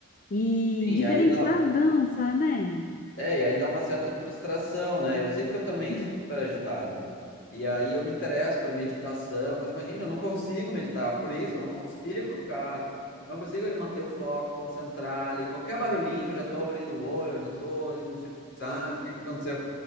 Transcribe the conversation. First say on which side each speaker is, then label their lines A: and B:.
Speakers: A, on the left; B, on the left.
A: E
B: Sim,
A: diferente
B: e aí dá,
A: da dança, né?
B: é, e aí dá uma certa frustração, né? Eu sei porque eu também
A: Não.
B: sou super agitado. E aí eu me interesso por meditação, coisa, imagina, eu não consigo meditar, por isso eu não consigo ficar, eu não consigo ele manter o foco, concentrar ali, qualquer barulhinho, eu já tô abrindo o olho, eu já tô, indo se- sabe, o que que aconteceu?